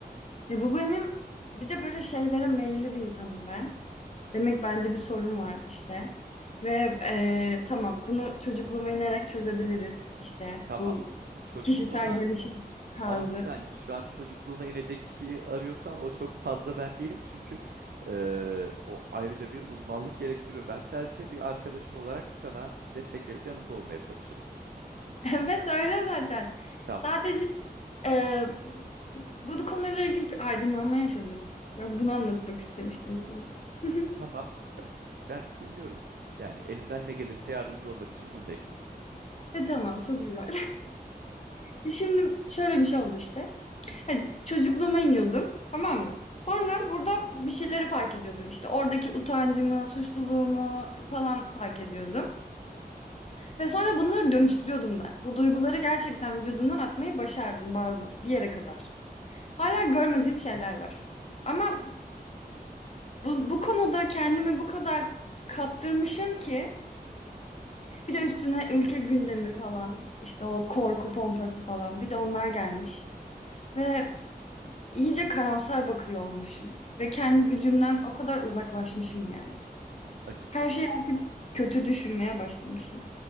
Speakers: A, on the left; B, on the right.
A: Ya bu benim bir de böyle şeylere meyilli bir insanım ben. Demek bende bir sorun var işte. Ve eee, tamam bunu çocukluğuma inerek çözebiliriz işte
B: Tamam.
A: bu
B: Çocukluğuna
A: kişisel gelişim tarzı.
B: ama bir saniye şu an çocukluğuna inecek kişiyi arıyorsan o çok fazla ben değilim. Çünkü eee, o ayrıca bir uzmanlık gerektiriyor. Ben sadece bir arkadaşın olarak sana destek verip yanında olmaya çalışırım.
A: <laughs> Evet öyle zaten.
B: Tamam.
A: Sadece eee, bu konuyla ilgili bir aydınlanma yaşadım. Ben bunu anlatmak istemiştim sana. <laughs>
B: Tamam süper. Ben dinliyorum. Yani elimden ne gelirse yardımcı olmak için buradayım.
A: E tamam çok güzel. <laughs> Şimdi şöyle bir şey oldu işte. Hani çocukluğuma iniyordum tamam mı? Sonra burada bir şeyleri fark ediyordum işte. Oradaki utancımı, suçluluğumu falan fark ediyordum. Ve sonra bunları dönüştürüyordum da. Bu duyguları gerçekten vücudumdan atmayı başardım bazı bir yere kadar. Hala görmediğim şeyler var. Ama bu, bu konuda kendimi bu kadar kaptırmışım ki bir de üstüne ülke gündemi falan işte o korku pompası falan bir de onlar gelmiş. Ve iyice karamsar bakıyor olmuşum. Ve kendi gücümden o kadar uzaklaşmışım yani.
B: Açıkçası
A: Her şeyi artık kötü düşünmeye başlamışım.